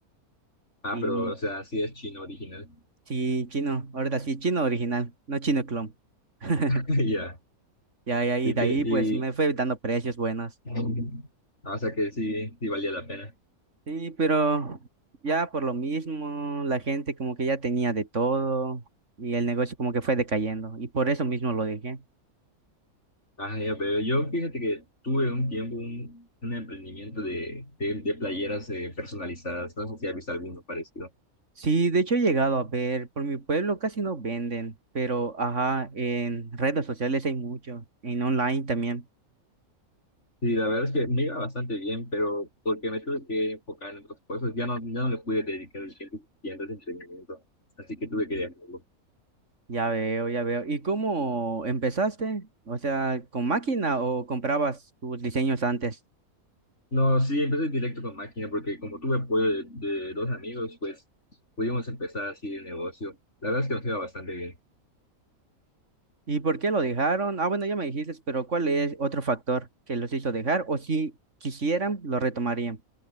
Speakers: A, on the left (about 50°); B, on the right (about 55°).
A: Ah,
B: Y
A: pero, o sea, sí es chino original.
B: sí, chino, ahora sí, chino original, no chino clon. <laughs>
A: <laughs> Ya.
B: Ya, ya, y
A: ¿Y
B: de
A: qué?
B: ahí
A: Y,
B: pues me fue dando precios buenos.
A: <clears throat> ah, o sea que sí, sí valía la pena.
B: Sí, pero ya por lo mismo, la gente como que ya tenía de todo y el negocio como que fue decayendo y por eso mismo lo dejé.
A: Ah, ya, pero yo fíjate que tuve un tiempo un, un emprendimiento de, de, de playeras eh, personalizadas. No sé si has visto alguno parecido.
B: Sí, de hecho he llegado a ver, por mi pueblo casi no venden, pero ajá, en redes sociales hay mucho, en online también.
A: Sí, la verdad es que me iba bastante bien, pero porque me tuve que enfocar en otras cosas, ya no, ya no le pude dedicar el tiempo suficiente a ese emprendimiento. Así que tuve que dejarlo.
B: Ya veo, ya veo. ¿Y cómo empezaste? O sea, ¿con máquina o comprabas tus diseños antes?
A: No, sí, empecé directo con máquina porque como tuve apoyo de, de dos amigos, pues pudimos empezar así el negocio. La verdad es que nos iba bastante bien.
B: ¿Y por qué lo dejaron? Ah, bueno, ya me dijiste, pero ¿cuál es otro factor que los hizo dejar? O si quisieran, lo retomarían.